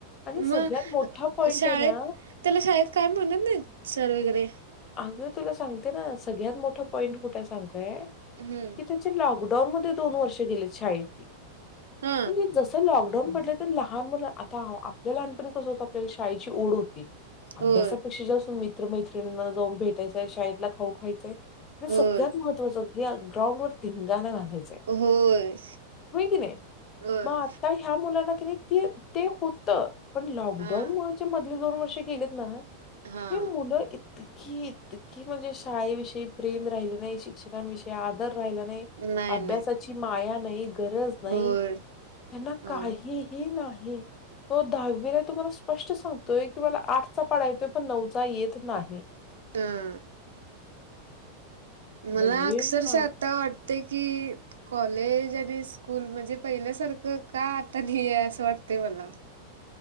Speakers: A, on the left (about 30°); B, on the right (about 65°).
A: आणि सगळ्यात
B: म
A: मोठा पॉइंट
B: शाळेत
A: आहे ना
B: त्याला शाळेत काय मिळणार नाही सर वगैरे
A: अग तुला सांगते ना सगळ्यात मोठा पॉईंट कुठे हाय सांगू काय
B: हम्म
A: की त्याची लॉकडाऊन मध्ये दोन वर्षे गेलेत शाळेची
B: हा
A: आणि मी जसं लॉकडाउन पडले तर लहान मूल आता आपल्या लहानपणी कसं होतं आपल्या शाळेची ओढ होती अभ्यासापेक्षा
B: होय
A: जास्त असून मित्र मैत्रिणींना जाऊन भेटायचंय शाळेतला खाऊ खायचंय
B: होय
A: सगळ्यात महत्त्वाचं की ग्राउंड वर धिंगाणा घातला घालायचा
B: होय
A: हो की नाही
B: होय
A: मग आता ह्या मुलाना किती ते ते होत पण लॉकडाऊन
B: हा
A: मुळे मधले दोन वर्ष गेलेत ना
B: हा
A: ही मुलं इतकी इतकी म्हणजे शाळेविषयी प्रेम राहिले नाही शिक्षकांविषयी आदर राहिला नाही
B: नाही
A: अभ्यासाची
B: नाही
A: माया नाही गरज नाही
B: होय
A: त्यांना
B: होय
A: काहीही नाही तो दहावीने तुम्हाला स्पष्ट सांगतोय की मला आठचा पाडा येतोय पण नऊचा येत नाही
B: हा.
A: म्हणजे
B: मला अक्षरशा
A: मा
B: आता वाटते कि कॉलेज आणि स्कूल म्हणजे पहिल्यासारखं का आता नाही आहे असं वाटतंय मला